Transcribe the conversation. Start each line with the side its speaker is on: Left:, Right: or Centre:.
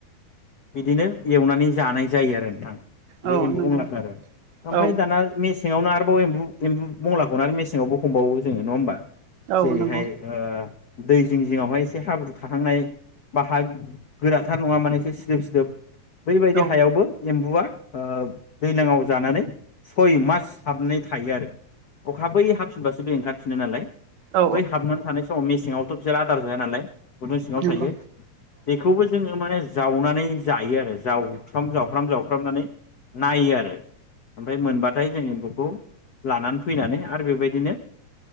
Left: बिदिनो एवनानै जानाय जायो आरो नोंथां।
Right: औ
Left: बे एम्बु
Right: नंगौ
Left: बुंलाखो आरो ओमफाय
Right: औ
Left: दाना मेस मेङावनो आरोबाव ए्म्बु एम्बु बंलाखौनो आरो मेसेङावबो हमबावो नङा होमबा?
Right: औ नंगौ औ
Left: जेरैहाय
Right: नंगौ
Left: ओ दै जिं जिंङावहाय एसे हाब्रु थाखांनाय बा हा गोराथार नंङा माने एसे सिदोब सिदोब बैबायदि
Right: औ
Left: हायावबो एम्बुआ ओ दैज्लांङाव जानानै सय मास हाबनानै थायो आरो अख बै हाबफिनबासो बे ओंखारफिनो नालाय
Right: औ
Left: बै हाबनानै थानायसै द मेसेंयावथ' बिसोर आदार जाया नालाय गुदुं सिंङाव
Right: नंगौ
Left: थायो बेखौबो जोंङो माने जावनानै जायो आरो जावफ्राम जावफ्राम जावफ्रामनानै नाययो आरो ओमफ्राय मोनबाथाय जोंङो एमबुखौ लानानै फैनानै आरो बेबायदिनो